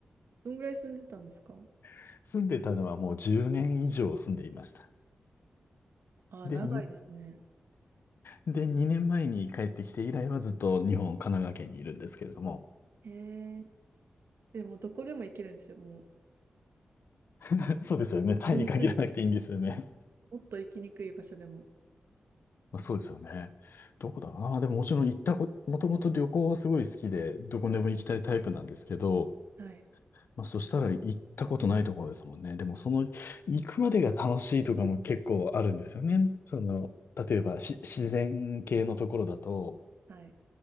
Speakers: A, on the right (about 75°); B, on the left (about 70°).
A: どんぐらい住んでたんですか
B: <laughs> 住んでたのはもう10年以上住んでいました。
A: あー、
B: で、
A: 長いですね。
B: に、で、2年前に帰ってきて以来はずっと日本、神奈川県にいるんですけれども。
A: ええでも、どこでも行けるんですよ、もう。
B: <laughs> そうですよね。タイに限らなくていいんですよね。
A: 行きにくい、もっと行きにくい場所でも。
B: まあ、そうですよね。どこだろうな。でももちろん行ったこ、もともと旅行はすごい好きで、どこでも行きたいタイプなんですけど、
A: はい。
B: まあ、そしたら行ったことないところですもんね。でもその行くまでが楽しいとかも結構あるんですよね。その、例えばし自然系のところだと、
A: はい